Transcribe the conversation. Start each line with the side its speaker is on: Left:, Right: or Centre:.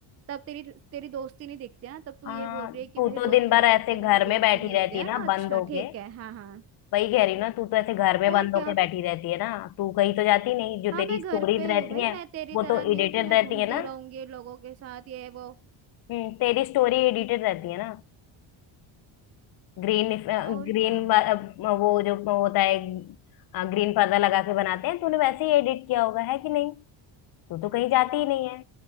Right: तब तेरी तेरी दोस्ती नहीं दिखती है ना तब तू
Left: हाँ
Right: ये बोल रही है कि
Left: तू
Right: भाई
Left: तो
Right: रोज
Left: दिन भर
Right: बात
Left: ऐसे
Right: करने
Left: घर
Right: से दोस्ती
Left: में बैठी
Right: नहीं होती
Left: रहती
Right: है
Left: है ना
Right: ना अच्छा
Left: बंद होके
Right: ठीक है हाँ हाँ
Left: वही कह रही ना तू तो ऐसे घर में
Right: और
Left: बंद होके
Right: क्या
Left: बैठी रहती है ना तू कहीं तो जाती नहीं जो
Right: हाँ
Left: तेरी
Right: मैं घर
Left: स्टोरीज
Right: पे
Left: रहती
Right: ही हूँ भाई
Left: हैं
Right: मैं तेरी
Left: वो
Right: तरह
Left: तो
Right: नहीं
Left: एडिटेड
Right: हूँ जो मैं
Left: रहती
Right: घूमती
Left: है ना
Right: रहूंगी लोगों के साथ ये वो
Left: हम्म, तेरी स्टोरी एडिटेड रहती है ना ग्रीन
Right: और
Left: ग्रीन
Right: क्या
Left: वो जो होता है ग्रीन पर्दा लगा के बनाते हैं तूने वैसे ही एडिट किया होगा है कि नहीं तू तो कहीं जाती ही नहीं है